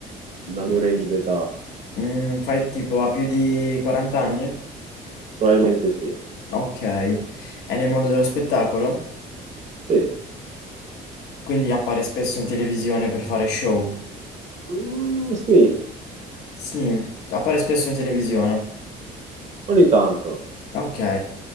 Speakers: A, on the right; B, on the left.
A: dal mio range d'età,
B: Mm, fai tipo ha più di 40 anni?
A: probabilmente sì.
B: Ok, è nel mondo dello spettacolo,
A: Sì.
B: quindi appare spesso in televisione per fare show.
A: Mm, sì,
B: Sì, appare spesso in televisione.
A: ogni tanto.
B: Ok,